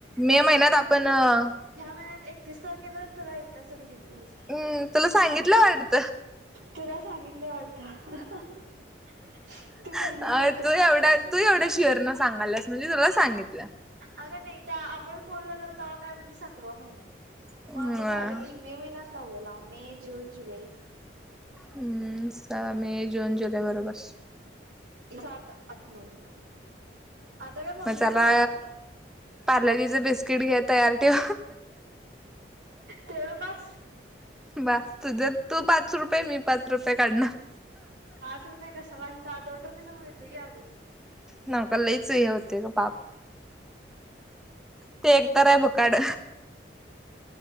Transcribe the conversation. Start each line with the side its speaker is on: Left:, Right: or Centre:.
Centre: मे
Right: ह्यात
Centre: महिन्यात आपण
Right: वील
Centre: हम्म
Right: सोड. ह्या महिन्यात एकतीस तारखेपर्यंत, तुला येत अस गुड न्युज.
Centre: हम्म. तुला सांगितलं वाट
Right: तुला सांगितलं वाटतं. <unintelligible>
Centre: <unintelligible>
Right: तू पहिली मोठी
Centre: अ तू
Right: मावशी
Centre: एवढा,
Right: आहेस.
Centre: तू एवढ्या शुअर न सांगायलास. म्हणजे तुला सांगितलं.
Right: अग नाही त्या, आपण फोन लावलाल ते्व्हा काय म्हणली, सातवा महिनाय.
Centre: हम्म
Right: मग आता झालं की मे महिन्यात लावलेला मे जून जुलै
Centre: हम्म मे जून जुलै बरोबर
Right: सात आठ नऊ आता काय मम्मीकडेच
Centre: मग चला
Right: आहे वाटतं.
Centre: पार्लजीचं बिस्किट घे तयार ठेव
Right: तेवढ बास?
Centre: बास तुझ् तू पाच रुपये मी पाच रुपये काढणार.
Right: रुये कशाला हित दोन रुपयेच मिळतय की अजू
Centre: नाकाला लयच हे होतय ग पाप ते कराय बकाड